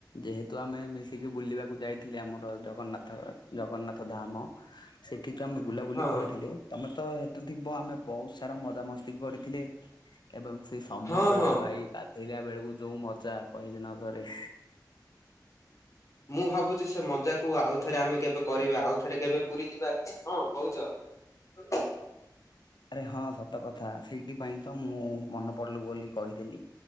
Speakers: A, on the left (about 75°); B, on the left (about 45°).
A: ଯେହେତୁ ଆମେ ମିଶିକି ବୁଲିବାକୁ ଯାଇଥିଲେ, ଆମର ଜଗନ୍ନାଥ ଜଗନ୍ନାଥ ଧାମ। ସେଠି ଯୋଉ ଆମେ ବୁଲାବୁଲି
B: ହଁ
A: କରିଥିଲେ।
B: ହଁ
A: ତମେ ତ ହେତୁ ଥିବ, ଆମେ ବହୁତ୍ ସାରା ମଜା ମସ୍ତି କରିଥିଲେ। ଏବଂ ସେ ସମୁଦ୍ରରେ
B: ହଁ ହଁ
A: ଭାଇ ଗାଧେଇଲା ବେଳକୁ ଯୋଉ ମଜା, କହିଲେ ନ ସରେ।
B: ମୁଁ ଭାବୁଛି, ସେ ମଜାକୁ ଆଉଥରେ ଆମେ କେବେ କରିବା? ଆଉ, ଥରେ କେବେ ପୁରୀ ଯିବା କଁ କହୁଛ? ତ
A: ଆରେ ହଁ, ସତ କଥା! ସେଇଥିପାଇଁ ତ ମୁଁ ମନେ ପଡିଲୁ, ବୋଲି କହିଦେଲି।